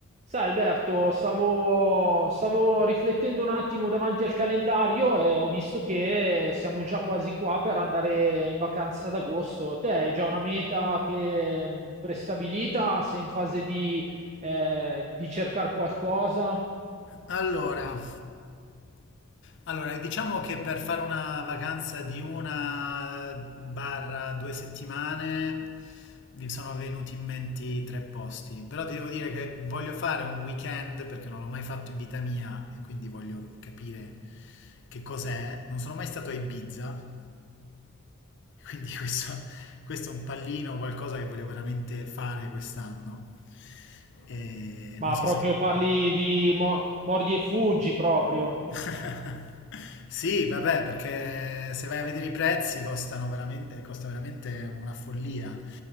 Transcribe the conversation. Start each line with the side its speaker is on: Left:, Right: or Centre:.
Right: Sai Alberto, stavo, stavo riflettendo un attimo davanti al calendario e ho visto che siamo già quasi qua per andare in vacanza ad agosto. Te hai già una meta che mh, prestabilita? Sei in fase di, eh, di cercare qualcosa?
Left: Allora, allora, diciamo che per fare una vacanza di una barra due settimane mi sono venuti in mente tre posti, però ti devo dire che voglio fare un weekend perché non l'ho mai fatto in vita mia e quindi voglio capire che cos'è. Non sono mai stato a Ibiza, quindi <laughs> questo, questo è un pallino, qualcosa che voglio veramente fare quest'anno. E
Right: Ma
Left: non so
Right: proprio
Left: se...
Right: parli di mo- mordi e fuggi proprio.
Left: <laughs> Sì, vabbè, perché se vai a vedere i prezzi costano veramente, costa veramente una follia.